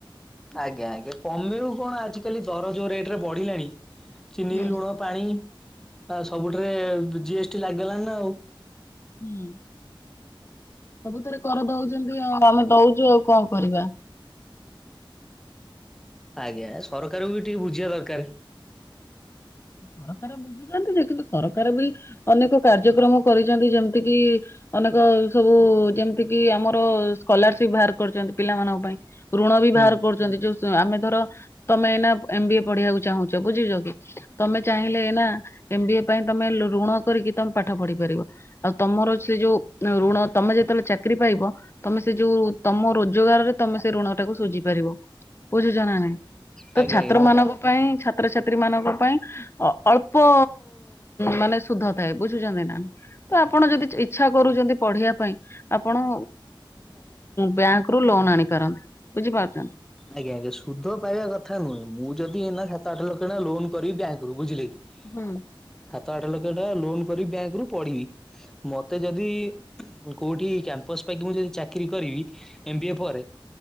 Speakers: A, in the centre; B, on the left.
A: ଆଜ୍ଞା ଆଜ୍ଞା କମେଇବୁ କଣ ଆଜିକାଲି ଦର ଯୋଉ ରେଟ ରେ ବଢିଲାଣି ଚିନି
B: ହୁଁ
A: ଲୁଣ। ପାଣି ଆ ସବୁଠେରେ ଜି ଏସ୍ ଟି ଲାଗି ଗଲାଣି ନା ଆଉ।
B: ହୁଁ। ସବୁଥେରେ କରଦଉଚନ୍ତି ଆଉ ଆମେ ଦଉଚୁ ଆଉ କଣ କରିବା?
A: ଆଜ୍ଞା ସରକାରଙ୍କୁ ବି ଟିକେ ବୁଝିବା ଦରକାର।
B: ସରକାର ବୁଝୁଚନ୍ତି ଯେ କିନ୍ତୁ ସରକାର ବି ଅନେକ କାର୍ଯ୍ୟକ୍ରମ କରିଚନ୍ତି ଯେମିତି କିି ଅନେକ ସବୁ ଯେମିତି କି ଆମର ସ୍କଲାରସିପ ବାହାର କରିଚନ୍ତି ପିଲାମାନଙ୍କ ପାଇଁ। ଋଣ ବି
A: ହୁଁ
B: ବାହାର କରୁ ଚନ୍ତି ଯଉ ଆମେ ଧର ତମେ ନା ଏମ ବି ଏ ପଢିବାକୁ ଚାହୁଁଛ ବୁଝିଛ କି? ତମେ ଚାହିଁଲେ ଏନା ଏମ ବି ଏ ପାଇଁ ତମେ ଋଣ କରିକି ତମେ ପାଠ ପଢି ପାରିବ। ଆଉ ତମର ସେ ଯୋଉ ଋଣ ତମେ ଯେତେବେଳେ ଚାକିରି ପାଇବ। ତମେ ସେ ଯୋଉ ତମ ରୋଜଗାର ରେ ତମେ ସେ ଋଣ ଟାକୁ ସୁଝି ପାରିବ ବୁଝୁଛ ନା ନାଇଁ। ତ
A: ଆଜ୍ଞା
B: ଛାତ୍ର
A: ଆଜ୍ଞା ମତେ
B: ମାନଙ୍କ ପାଇଁ ଛାତ୍ରଛାତ୍ରୀ ମାନଙ୍କ ପାଇଁ। ଅଳ୍ପ ମାନେ ଶୁଧ ଥାଏ ବୁଝୁଛନ୍ତି ନା? ତ ଆପଣ ଯଦି ଇଚ୍ଛା କରୁଚନ୍ତି ପଢିବା ପାଇଁ ଆପଣ ବ୍ୟାଙ୍କ ରୁ ଲୋନ୍ ଆଣିପାରନ୍ତି ବୁଝିପାରୁଚ।
A: ଆଜ୍ଞା ଆଜ୍ଞା ସୁଧ ପାଇବା କଥା ନୁହେଁ ମୁଁ ଯଦି ଏଇନା ସାତ ଆଠ ଲକ୍ଷ ଟଙ୍କା ଲୋନ କରିବି ବ୍ୟାଙ୍କରୁ ବୁଝିଲେ କି?
B: ହୁଁ।
A: ସାତ ଆଠ ଲକ୍ଷ ଟଙ୍କା ଲୋନ କରି ବ୍ୟାଙ୍କ ରୁ ପଢିବି ମତେ ଯଦି କୋଉଠି କ୍ୟାମ୍ପସ ପାଇକି ମୁଁ ଯଦି ଚାକିରି କରିବି ଏମବିଏ ପରେ